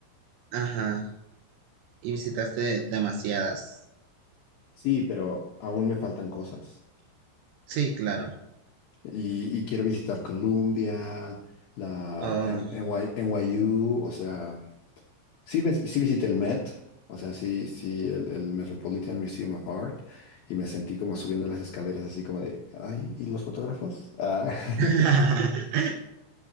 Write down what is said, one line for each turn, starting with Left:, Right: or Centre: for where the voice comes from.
Right: Ajá, y visitaste demasiadas.
Left: Sí, pero aún me faltan cosas.
Right: Sí, claro.
Left: Y, y quiero visitar Colombia, la
Right: Oh.
Left: en, NY NYU, o sea... Sí, ves- sí visité el Met, o sea, sí, sí, el, el Metropolitan Museum of Art, y me sentí como subiendo las escaleras, así como de, ay, ¿y los fotógrafos? Ah.
Right: <laughs>
Left: <laughs>